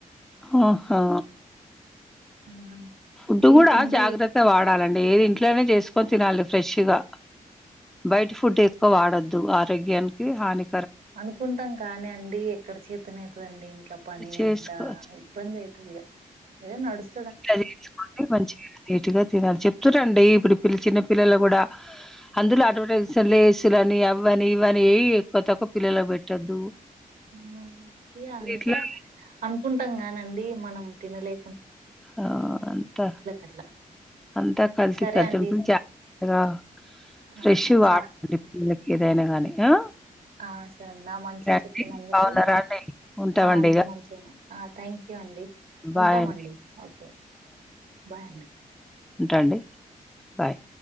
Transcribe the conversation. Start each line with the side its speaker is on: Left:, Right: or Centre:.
Centre: ఆహా
Right: ఆ
Centre: ఫుడ్
Right: ఈ
Centre: గుడా
Right: తిండి
Centre: జాగ్రత్త వాడాలండి ఏది ఇంట్లోనే చేసు కొని తినాలి ఫ్రెష్గా బయట ఫుడ్ ఎక్కువ వాడొద్దు ద్దు ఆరోగ్యానికి హాని
Right: అనుకుంటాం కానీ అండి ఎక్కడి చేతన అయితదండి ఇంట్ల పని
Centre: చేసుకో
Right: అంత ఇబ్బంది అయి తదిగ ఏ నడుస్
Centre: ఇంట్ల చేయించుకోండి మంచిగా నీట్ గా తినాలి చెప్తూ రండి ఇప్పుడు పిల్ చిన్న పిల్లల కూడా అందులో అడ్వాడై జన్ లేస్లు అని అవని ఇవని ఏయి ఎక్కువ తక్కువ పిల్లలకు పెట్టొద్దు
Right: ఉ ఇ అంతా
Centre: ఇట్లా
Right: అనుకుంటాం గానీ అండి మనం తినలే
Centre: ఆ అంతా
Right: అట్లా
Centre: అంతా కల్తీ
Right: సరే
Centre: కల్తీ
Right: అండి
Centre: ఉంటుంది జగా
Right: ఆ
Centre: ఫ్రెష్ వాడండి
Right: చ
Centre: పిల్లకి ఏదైనా గాని ఆ
Right: ఆ సరే నా మంచిది
Centre: ఓకే
Right: చెప్పినందుకు
Centre: అండి బాగున్నారా అండి ఉంటామండి
Right: ఆ అంత
Centre: ఇగ
Right: మంచి అ థ్యాంక్ యూ అండి
Centre: బాయ్
Right: ఉంటామండి
Centre: అండి
Right: ఓకే బాయ్ అండి
Centre: ఉంటాండి బాయ్